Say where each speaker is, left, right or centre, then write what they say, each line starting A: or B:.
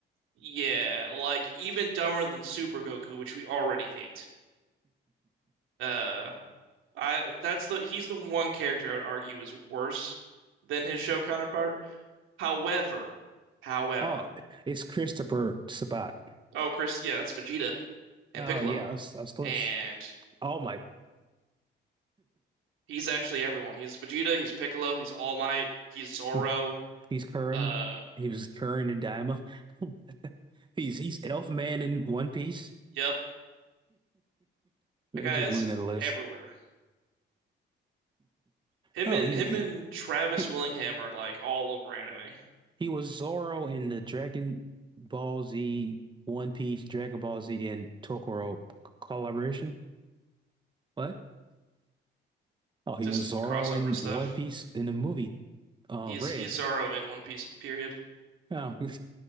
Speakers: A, on the right; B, on the right.
A: Yeah, like even dumber than Super Goku, which we already hate. Uh, I that's the he's the one character I would argue is worse than his show counterpart. However, however,
B: Oh, it's Christopher Sabat.
A: oh Chris, yeah, it's Vegeta and
B: Oh
A: Piccolo
B: yeah, I was, I was close.
A: and
B: All Might.
A: He's actually everyone. He's Vegeta, he's Piccolo, he's All Might, he's Zoro.
B: <laughs> He's Curran.
A: Uh,
B: He was Curran and Daima. <laughs> He's he's Elf Man in One Piece.
A: yep, that guy
B: Just
A: is
B: looking at the list.
A: everywhere. Him
B: Oh,
A: and
B: he's
A: him and Travis
B: he,
A: Willingham are like all over anime.
B: he was Zoro in the Dragon Ball Z, One Piece, Dragon Ball Z, and Tokoro collaboration. What? Oh, he
A: Just
B: was Zoro
A: the crossover
B: in
A: stuff.
B: One Piece in the movie. Uh,
A: He's
B: Red.
A: he's Zoro in One Piece, period.
B: Oh,